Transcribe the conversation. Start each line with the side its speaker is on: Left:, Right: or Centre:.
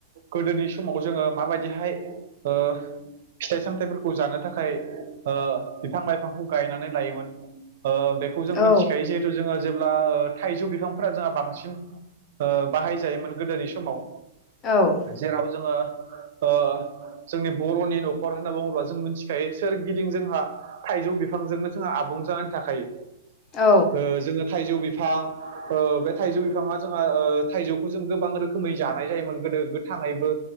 Right: गोदोनि समाव जोङो माबायदिहाय ओ फिथाइ सामथाइफोरखौ जानो थाखाय ओ बिफां लाइफांखौ गायनानै लायोमोन ओ बेखौ जों मिथिखायो
Left: औ
Right: जे जोङो जेब्ला थाइजौ बिफांफोरा जोंहा बांसिन ओ बाहायजायोमोन गोदोनि समाव
Left: औ
Right: जेराव जोङो ओ जोंनि बर'नि न'खर होनना बुङोब्ला जों मिथिखायो सोर गिदिं जोंहा थाइजौ बिफांजोंनो जोंहा आबुं जानानै थाखायो
Left: औ
Right: ओ जोङो थाइजौ बिफां ओ बे थाइजौ बिफाङा जोंहा ओ थाइजौखौ जों गोबां रोखोमै जानाय जायोमोन गोदो गोथाङैबो